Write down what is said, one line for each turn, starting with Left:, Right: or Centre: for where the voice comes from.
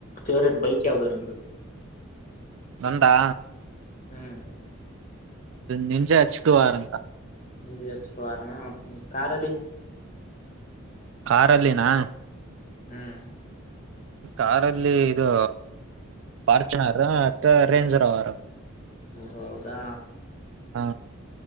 Left: ಫೇವ್ರೇಟ್ ಬೈಕ್ ಯಾವ್ದು ನಿಮ್ದು.
Right: ನಂದಾ
Left: ಹ್ಮ್
Right: ನಿಂಜೆ ಹಚ್ಕು ಟು ಆರ್ ಅಂತ.
Left: ನಂಜಿ ಹಚ್ಚು ಟು ಆರ್ ನ ಕಾರಲ್ಲಿ.
Right: ಕಾರಲ್ಲಿನಾ
Left: ಹ್ಮ್
Right: ಕಾರಲ್ಲಿ ಇದು ಫಾರ್ಚುನರ್ ಮತ್ತ ರೇಂಜರ್ ಅವರು
Left: ಓ ಹೌದಾ
Right: ಹಾ